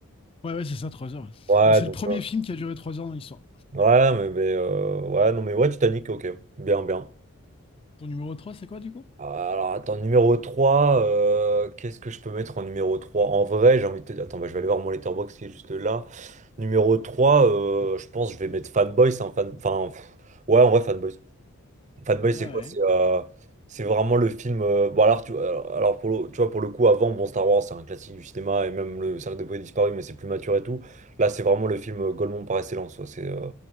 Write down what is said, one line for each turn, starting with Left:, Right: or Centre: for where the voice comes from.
Left: Ouais, ouais, c'est ça, trois heures.
Right: Ouais,
Left: Bah, c'est
Right: donc.
Left: le premier
Right: euh,
Left: film qui a duré 3 heures dans l'histoire.
Right: Ouais, mais. mais, euh, Ouais, non, mais ouais, Titanic, ok. Bien, bien.
Left: Ton numéro 3, c'est quoi, du coup?
Right: Alors, attends, numéro 3 euh, Qu'est-ce que je peux mettre en numéro trois En vrai, j'ai envie de te dire. Attends, bah, je vais aller voir mon letterbox qui est juste là. Numéro 3 euh, je pense que je vais mettre Fanboys. hein, fan... Enfin, pff, ouais, en vrai, Fanboys. Fatboy, c'est
Left: Ah
Right: quoi?
Left: ouais.
Right: C'est euh, c'est vraiment le film. euh, bon, alors, tu, alors alors, pour le, tu vois, pour le coup, avant, bon, Star Wars, c'est un classique du cinéma, et même le Cercle des Poètes Disparus, mais c'est plus mature et tout. Là, c'est vraiment le film euh, Golemont par excellence. quoi. C'est euh,